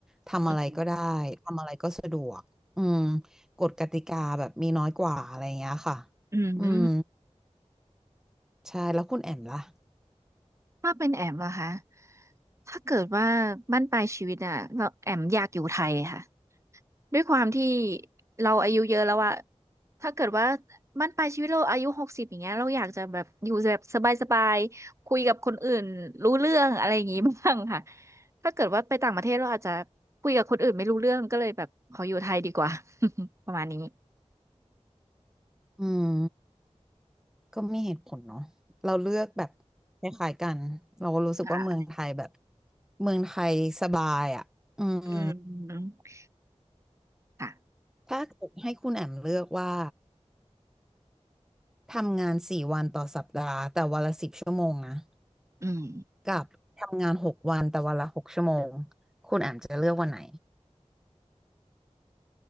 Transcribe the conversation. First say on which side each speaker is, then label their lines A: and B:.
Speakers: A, in the centre; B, on the right (about 25°).
A: ทำอะไรก็ได้
B: อืม
A: ทำอะไรก็สะดวก อืมกฎกติกาแบบมีน้อยกว่าอะไรอย่างเงี้ยค่ะ
B: อืม
A: อืม ใช่ แล้วคุณแอมล่ะ
B: ถ้าเป็นแอมเหรอคะถ้าเกิดว่าบั้นปลายชีวิตอ่ะเราแอมอยากอยู่ไทยค่ะ ด้วยความที่เราอายุเยอะแล้วอะ ถ้าเกิดว่ามันปลายชีวิตเราอายุหกสิบอย่างเงี้ยเราอยากจะแบบอยู่แบบสบายๆคุยกับคนอื่นรู้เรื่องอะไรอย่างงี้ <laughs> บ้างค่ะถ้าเกิดว่าไปต่างประเทศเราอาจจะคุยกับคนอื่นไม่รู้เรื่องก็เลยแบบขออยู่ไทยดีกว่า <laughs> ประมาณนี้
A: อืม ก็มีเหตุผลเนาะเราเลือกแบบคล้ายๆกันเรารู้สึกว่าเมืองไทยแบบ
B: ค่ะ
A: เมืองไทยสบายอ่ะอืม
B: อืมค่ะ
A: ถ้าเกิดให้คุณแอมเลือกว่าทำงานสี่วันต่อสัปดาห์แต่วันละสิบชั่วโมงนะ
B: อืม
A: กับทำงานหกวันแต่วันละหกชั่วโมงคุณแอมจะเลือกวันไหน